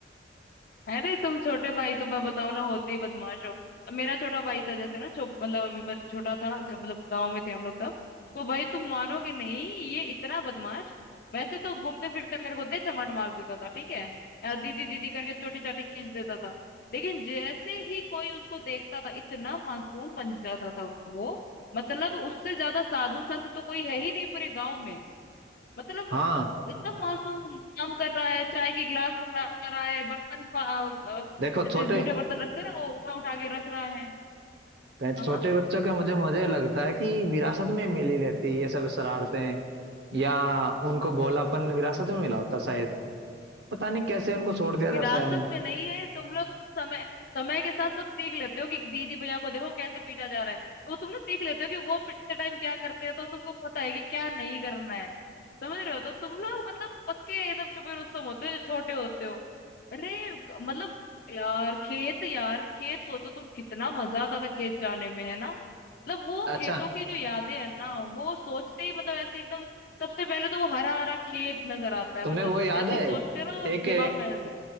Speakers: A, on the left; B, on the right.
A: अरे तुम छोटे भाई तो मैं बताऊं ना होते ही बदमाश हो अब मेरा छोटा भाई था जैसे ना छो, मतलब अभी बच- छोटा था जब मतलब गांव में थे हम लोग तब तो भाई तुम मानोगे नहीं ये इतना बदमाश वैसे तो घूमते फिरते मेरे को दे चमाट मार देता था ठीक है या दीदी दीदी करके चोटी चाटी खींच देता था लेकिन जैसे ही कोई उसको देखता था इतना मासूम बन जाता था वो मतलब उससे ज्यादा साधु संत तो कोई है ही नहीं पूरे गांव में मतलब
B: हाँ
A: एकदम मासूम काम कर रहा है चाय के गिलास पकड़ा रहा है बर्तन पा- अ,
B: देखो
A: जैसे
B: छोटे
A: जूठे बर्तन रखते हैं ना वो उठा उठा के रख रहा है
B: पै-
A: हाँ
B: छोटे
A: हाँ
B: बच्चों के मुझे मुझे लगता है कि विरासत में मिली रहती है ये सब शरारतें या उनको भोलापन विरासत में मिला होता शायद पता नहीं कैसे उनको छोड़ दिया
A: विरासत
B: जाता है
A: में नहीं है तुम लोग समय समय के साथ सब सीख लेते हो कि दीदी भैया को देखो कैसे पीटा जा रहा है तो तुम लोग सीख लेते हो कि वो पिटते टाइम क्या करते हैं तो तुमको पता है कि क्या नहीं करना है समझ रहे हो तो तुम लोग मतलब पक्के एकदम छुपे रुस्तम होते हो जो छोटे होते हो अरे क- मतलब यार खेत यार खेत सोचो तुम कितना मजा आता था खेत जाने में है ना मतलब वो
B: अच्छा
A: खेतों की जो यादें है ना वो सोचते ही मतलब ऐसे एकदम सबसे पहले तो वो हरा हरा खेत नजर आता है
B: तुम्हें
A: मतलब
B: वो याद
A: जैसे
B: है
A: ही सोचते हैं ना तो वो
B: एक
A: दिमाग में आ जाता है